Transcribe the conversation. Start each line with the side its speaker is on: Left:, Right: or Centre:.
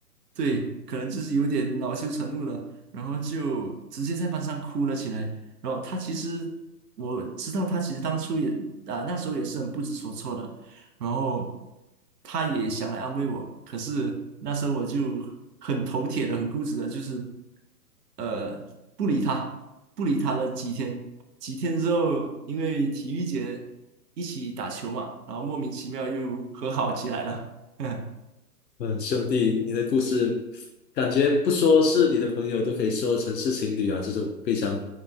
Right: 对，可能就是有点恼羞成怒了，然后就直接在班上哭了起来。然后他其实我知道，他其实当初也啊、那时候也是很不知所措的，然后他也想来安慰我，可是那时候我就很头铁的、很固执的，就是呃不理他，不理他了几天，几天之后，因为体育节一起打球嘛，然后莫名其妙又和好起来了，<laughs> 嗯，
Left: 嗯，兄弟，你的故事感觉不说是你的朋友，都可以说成是情侣啊，这种非常